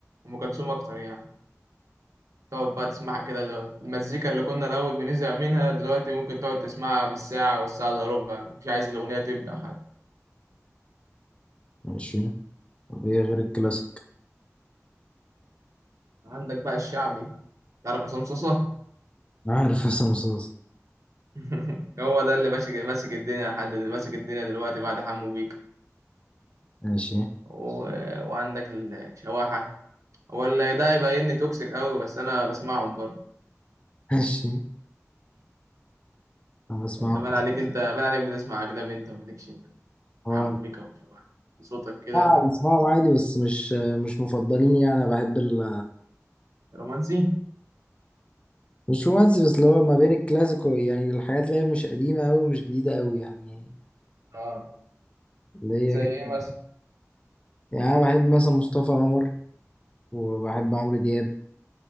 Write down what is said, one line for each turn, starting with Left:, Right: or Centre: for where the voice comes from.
Right: ام كلثوم اكتر يعني تقعد بقى تسمعها كده اللي هو المزيكا اللي كنا الاول بنزهق منها دلوقتي ممكن تقعد تسمعها بالساعه والساعه الا ربع مش عايز الاغنيه تبدا حتى
Left: ماشي طب ايه غير الكلاسيك
Right: عندك بقى الشعبي تعرف عصام صاصا
Left: عارف حسام صوص
Right: <laughs> هو ده اللي ماسك ماسك الدنيا لحد دل- ماسك الدنيا دلوقتي بعد حمو بيك
Left: ماشي
Right: و... وعندك الشواحه ولا ده هيبقى اني توكسيك قوي بس انا بسمعهم برضه
Left: ماشي انا بسمعهم
Right: انت بان عليك انت بان عليك بتسمع اجنبي انت مالكش انت
Left: هو
Right: عمو بيكا وشبح صوتك كده
Left: اه بسمعهم عادي بس مش مش مفضلين يعني انا بحب ال
Right: رومانسي
Left: مش رومانسي بس اللي هو ما بين الكلاسيك و- يعني الحاجات اللي هي مش قديمة أوي ومش جديدة أوي يعني
Right: اه
Left: اللي هي
Right: زي
Left: كده
Right: ايه مثلا
Left: يعني أنا بحب مثلا مصطفى قمر وبحب عمرو دياب